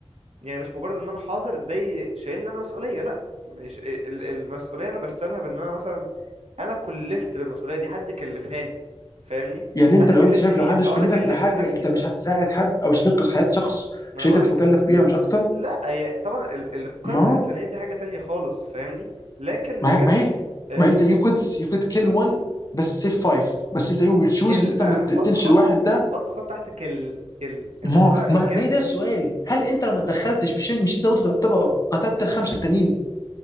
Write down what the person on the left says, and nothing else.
يعني
انت لو
انت شايف
لو حدش
كلفك
بحاجه
انت مش هتساعد حد او مش تنقذ حياه شخص
عشان
انت مش مكلف بيها مش اكتر
ما هو
ما
هي ما هي
ما انت you could you could kill one بس save five بس انت you will choose
ان انت
ما تقتلش
الواحد ده
ما
ما
ما هي ده السؤال هل انت لو ما اتدخلتش مش مش انت برضه تعتبر قتلت الخمسه التانيين